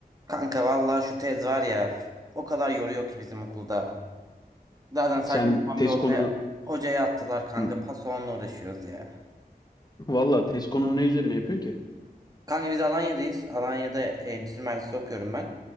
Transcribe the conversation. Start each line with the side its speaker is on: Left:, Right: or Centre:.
Right: Kanka vallahi şu tez var ya o kadar yoruyor ki bizim okulda. Zaten saçma
Left: Sen
Right: sapan
Left: tez
Right: bir otaya,
Left: konunu
Right: hocaya attılar kanka
Left: Hı,
Right: paso onunla uğraşıyoruz ya.
Left: Valla tez konunu ne üzerine yapıyorsun ki?
Right: Kanka biz Alanya'dayız. Alanya'da endüstri mühendisliği okuyorum ben.